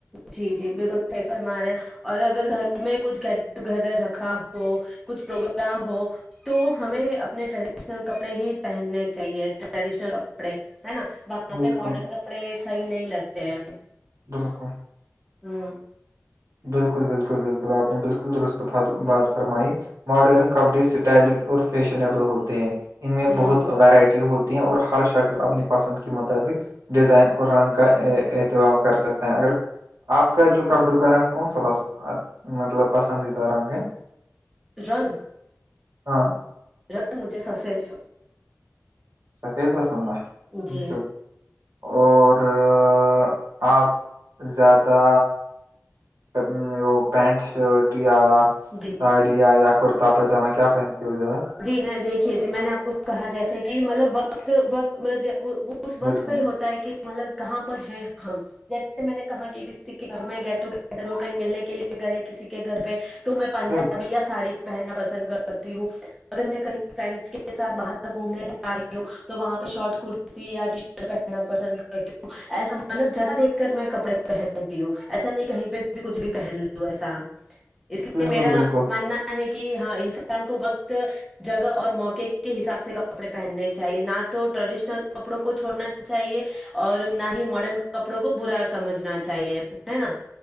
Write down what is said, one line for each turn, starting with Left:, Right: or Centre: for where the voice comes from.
Centre: جی جی بالکل صحیح فرما رہے ہے اور اگر گھر میں کچھ گٹ ٹوگیدر رکھا ہو ہو کچھ پروگرام ہو تو ہمیں اپنے ٹریڈ ٹرینل کپڑے ہی پہننے چاہیے ٹریڈشنل کپڑے ہے نا وہاں
Right: بالکل
Centre: پے ماڈرن کپ ڑے صحیح نہیں لگتے ہیں
Right: بالکل
Centre: ہمم
Right: بالکل بالکل بالکل آپ نے بالکل درست بھات بات فرمائی ماڈرن کپڑے اسٹائلش اور فیشنیبل ہوتے ہیں ان میں
Centre: ہ
Right: بہت ورائٹی ہوتی ہیں اور ہر شخص اپنی پسند کے مطابق ڈیزائن اور رنگ کا اے ایتمام کر سکتے ہیں اگر آپ کا جو کپڑوں کا رنگ کون سا پس مطلب پسندیدہ رنگ ہے
Centre: رنگ
Right: ہاں
Centre: رنگ مجھے سفید
Right: سفید پسند ہے
Centre: جی
Right: بالکل اور آ آپ زیادہ ابھی میں وہ پینٹ شرٹ یا
Centre: جی
Right: ساڑی یا یا کر تا پجامے کیا پہنتی ہو زیادہ
Centre: جی میں دیکھیے جی میں نے آپ کو کہا جیسے کہ مطلب وقت وت مطلب ج وہ وہ وقت
Right: بالکل،
Centre: پہ ہوتا ہے کہ مطلب کہاں پر ہیں ہم جیسے میں نے کہا کہ کسی کے گھر میں گیٹ ٹوگیدر ہو کہیں ملنے کے لیے گئے کسی کے گھر پہ تو میں پنجابی
Right: بالکل۔
Centre: یا ساڑی پہننا پسند کرتی ہوں اگر میں کہیں فرینڈس کے ساتھ باہر گھومنے جا رہی ہوں تو وہاں پہ شارٹ کرتی یا ٹی شرٹ پہننا پسند کرتی ہوں ایسا مطلب جگہ دیکھ کر میں کپڑے پہنتی ہوں ایسا نہیں کہیں پہ بھی کچھ بھی پہن لو ایسا اس لیے
Right: بالکل
Centre: میرا
Right: بالکل
Centre: ماننا ہے کہ ہاں انسان کو وقت جگہ اور موقع کے حساب سے کپڑے پہننے چاہیے نہ تو ٹریڈیشنل کپڑوں کو چھوڑنا چاہیے اور نہ ہی ماڈرن کپڑوں کو برا سمجھنا چاہیے ہے نا